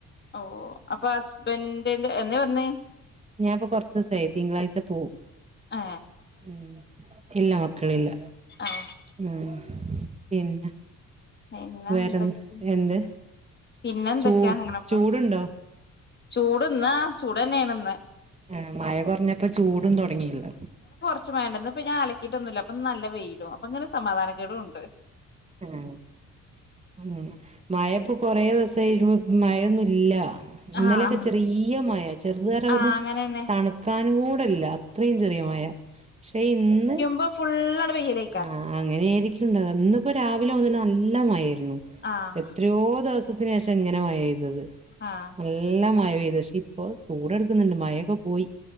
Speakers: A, on the left (about 35°); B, on the right (about 20°).
A: ഓഹ് അപ്പൊ ഹസ്ബന്റിന്റെ എന്നെ വന്ന്
B: ഞാൻപ്പോ കൊറച്ചു ദിവസമായി തിങ്കളാഴ്ച പോവും
A: ഏ
B: ഉം ഇല്ലാ മക്കളില്ല
A: ആഹ്
B: ഉം പിന്നെ
A: പിന്നെ
B: വേറെ
A: എന്തൊക്കെ
B: എന്ത് എന്ത്
A: പിന്നെ എന്തൊക്കെയാ
B: ചൂ
A: അങ്ങനെ പോണ്
B: ചൂടുണ്ടോ
A: ചൂട് ഇന്ന് ആഹ് ചൂടന്നേണ് ഇന്ന്
B: ആഹ് മഴ കുറഞ്ഞപ്പോ ചൂടും തൊടങ്ങിയല്ലോ
A: <unintelligible> ഇപ്പ ഞാൻ അലക്കിയിട്ടൊന്നുമില്ല അപ്പൊ നല്ല വെയിലും അപ്പൊ ഇങ്ങനെ സമാധാനക്കേടു ഉണ്ട്
B: ആഹ് അങ്ങനെ മയയിപ്പൊ കൊറേ ദിവസായി മഴയൊന്നും ഇല്ല ഇന്നലെയൊക്കെ
A: ആഹ് ആഹ്
B: ചെറിയ മയ ചെറുത് തര
A: ആഹ്
B: ഒന്ന്
A: അങ്ങനെന്നെ
B: തണുക്കാനു കൂടെയില്ല ഇത്രയും ചെറിയ മയ പക്ഷേ ഇന്ന്
A: പ്പൊ ഫുള്ളാണ്ട് വെയിലയ്
B: ആഹ് അങ്ങനെ ആയിരിക്കുംണ്ടാവ്ക ഇന്നിപ്പൊ രാ വിലെ മുതല് നല്ല മയേരുന്നു
A: ആഹ്
B: എത്രയോ ദിവസത്തിന് ശേഷ ഇങ്ങനെ മയ പെയ്തത്
A: ആഹ്
B: നല്ല മയ പെയ്തു പക്ഷേ ഇപ്പൊ ചൂടെടുക്കുന്നുണ്ട് മയയൊക്കെ പോയി